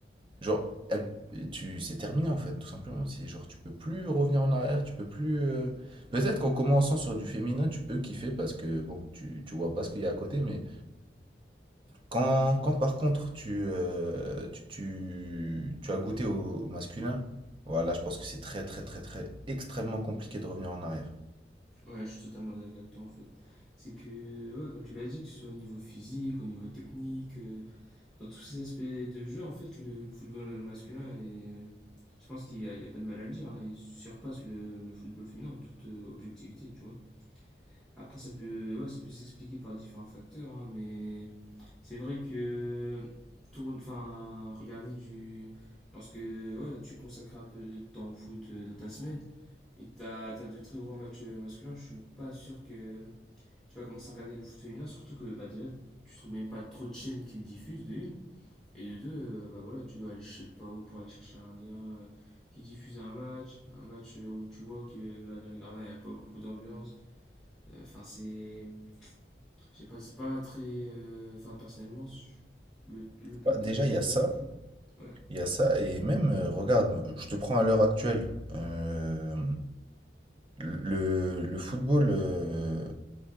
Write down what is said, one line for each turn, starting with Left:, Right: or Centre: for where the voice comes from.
Right: Genre, elle- tu, c'est terminé en fait, tout simplement. C'est genre, tu peux plus revenir en arrière, tu peux plus. euh, Peut-être qu'en commençant sur du féminin, tu peux kiffer parce que bon, tu, tu vois pas ce qu'il y a à côté, mais quand, quand par contre tu, euh, tu, tu, tu as goûté au, au masculin, voilà, je pense que c'est très, très, très, très extrêmement compliqué de revenir en arrière.
Centre: ouais, je suis totalement d'accord avec toi en fait. C'est que, ouais, comme tu l'as dit, que ce soit au niveau physique, au niveau technique, euh, dans tous ces aspects de jeu, en fait, le, le football masculin est. euh, Je pense qu'il n'y a, il y a pas de mal à le dire, hein, il surpasse le, le football féminin en toute euh, objectivité, tu vois. Après, ça peut, ouais, ça peut s'expliquer par différents facteurs, hein, mais C'est vrai que tourne, enfin, regarder du, lorsque ouais, tu consacres un peu de temps au foot euh, dans ta semaine et que t'as as de très gros matchs euh, masculins, je suis pas sûr que tu vas commencer à regarder le foot féminin, surtout que bah déjà tu trouves même pas trop de chaînes qui le diffusent de une et de deux, euh, bah voilà, tu dois aller je sais pas où pour aller chercher un lien euh, qui diffuse un match, un match euh, où tu vois que euh, dans les gradins il n'y a pas beaucoup d'ambiance. Euh, Enfin c'est je sais pas, c'est pas très. euh, Enfin, personnellement, je- le, le peu
Right: Bah,
Centre: de temps
Right: déjà,
Centre: que je consacre
Right: il y a ça.
Centre: au foot. Ouais.
Right: Il y a ça, et même, euh, regarde, je te prends à l'heure actuelle. euh, le, le football, euh,